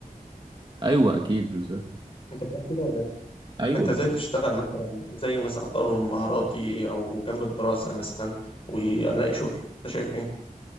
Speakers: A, on the right (about 30°); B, on the left (about 40°).
A: أيوه أكيد بالظبط
B: انت فاهم كده ولا
A: أيوه
B: انت
A: بالظبط
B: ازاي تشتغل مثلا زي مثلا اطور من مهاراتي او جنب الدراسة مثلا والاقي شغل انت شايف ايه؟